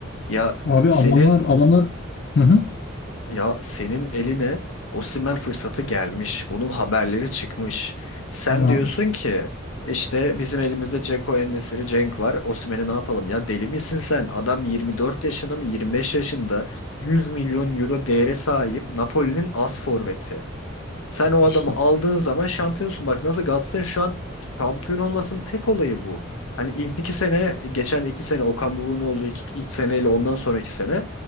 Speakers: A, on the left (about 80°); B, on the left (about 50°).
A: Ya
B: Abi
A: senin
B: adamlar adamlar hı hı.
A: ya senin eline Osimhen fırsatı gelmiş. Bunun haberleri çıkmış. Sen
B: Ya
A: diyorsun ki işte bizim elimizde Dzeko en Cenk var. Osimhen'i ne yapalım ya? Deli misin sen? Adam 24 yaşında mı 25 yaşında 100 milyon euro değere sahip Napoli'nin as forveti. Sen o adamı
B: işte.
A: aldığın zaman şampiyonsun. Bak nasıl Galatasaray şu an şampiyon olmasının tek olayı bu. Hani ilk iki sene, geçen iki sene Okan Buruk'un olduğu ilk, ilk seneyle ondan sonraki sene